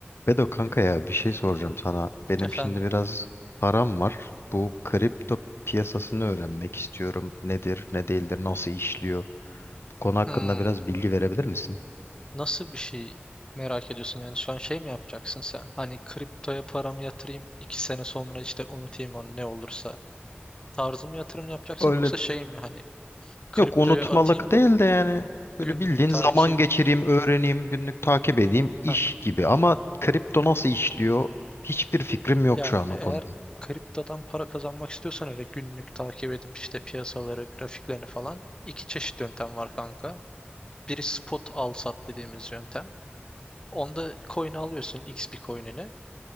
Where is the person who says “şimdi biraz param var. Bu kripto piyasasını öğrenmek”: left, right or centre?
Left